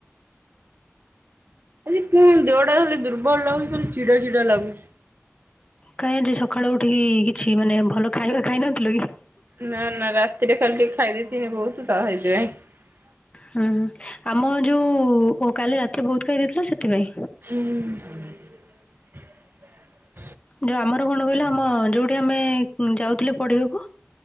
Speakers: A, on the right (about 50°); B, on the left (about 25°).
A: ଆଜି ପୁଣ ଦେହଟା ଖାଲି ଦୁର୍ବଳ ଲାଗୁଚି ଖାଲି ଚିଡା ଚିଡା ଲାଗୁଛି।
B: କାହିଁ ଆଜି ସଖାଳୁ ଉଠିକି କିଛି ମାନେ ଭଲ ଖାଇବା ଖାଇନଥିଲ କି?
A: ନା ନା ରାତିରେ ଖାଲି ଟିକେ ଖାଇଦେଇଥିନି ବହୁତ ତ ସେଇଥିପାଇଁ।
B: ହୁଁ, ହୁଁ, ଆମ ଯୋଉ ଓ କାଲି ରାତିର ବହୁତ ଖାାଇ ଦେଇଥିଲ ସେଥିପାଇଁ।
A: ଉଁ
B: ଯୋଉ ଆମର କଣ କହିଲ ଆମ ଯୋଉଠି ଆମେ ଉଁ, ଯାଉ ଥିଲେ ପଢିବାକୁ